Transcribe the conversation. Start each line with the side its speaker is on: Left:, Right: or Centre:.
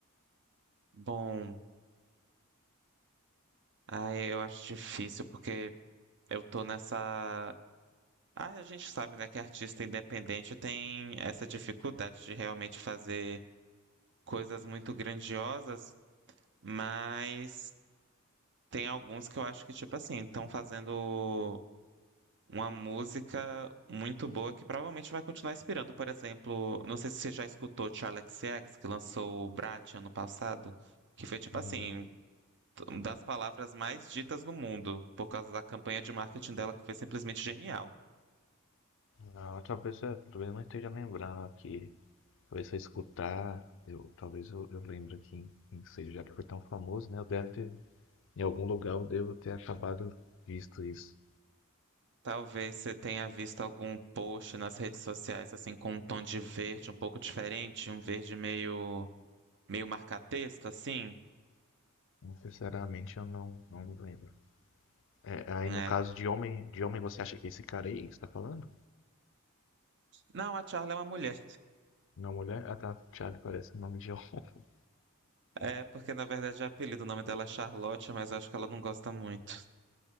Right: Bom, aí eu acho difícil porque eu tô nessa. Ah, a gente sabe, né, que artista independente tem essa dificuldade de realmente fazer coisas muito grandiosas, mas tem alguns que eu acho que, tipo assim, estão fazendo Uma música muito boa que provavelmente vai continuar inspirando. Por exemplo, não sei se você já escutou Charli XCX, que lançou o Brat ano passado, que foi tipo
Left: Hum,
Right: assim, uma das palavras mais ditas no mundo, por causa da campanha de marketing dela, que foi simplesmente genial.
Left: não, talvez eu, talvez eu não esteja lembrando aqui. Talvez se eu escutar, eu, talvez eu, eu lembre aqui, não sei, já que foi tão famoso, né? Eu deve ter, em algum lugar eu devo ter acabado visto isso.
Right: Talvez você tenha visto algum post nas redes sociais, assim, com um tom de verde um pouco diferente, um verde meio, meio marca-texto, assim.
Left: Sinceramente, eu não, não me lembro. É, aí
Right: né?
Left: no caso de homem, de homem você acha que é esse cara aí que você tá falando?
Right: Não, a Charli é uma mulher.
Left: Não, mulher? Ah, tá, Thiago parece o nome de homem. <laughs>
Right: É, porque na verdade o apelido, o nome dela é Charlotte, mas eu acho que ela não gosta muito.